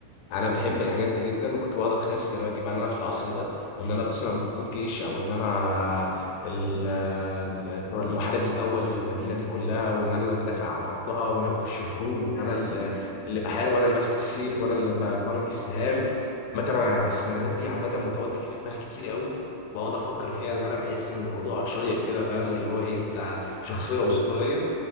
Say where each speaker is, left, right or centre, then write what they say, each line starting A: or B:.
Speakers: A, on the left (about 85°); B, on the left (about 65°).
A: انا بحب
B: ايوه
A: الحاجات دي جدا وكنت بقعد اتخيل سيناريوهات بقى ان انا في العصر ده وان انا مثلا بقود جيش او ان انا ال- ال- المحارب الاول في المدينه دي كلها وان انا اللي بدافع عن ارضها وانا بخش حروب وان
B: ايوه
A: انا اللي اللي بحارب وانا اللي ماسك السيف وانا اللي ب- برمي السهام مثلا انا السيناريوهات دي عامه بتقعد تيجي في دماغي كتير قوي بقعد افكر فيها لان انا بحس ان الموضوع شيق كده فاهم واللي هو ايه انت شخصيه
B: ايوه
A: اسطوريه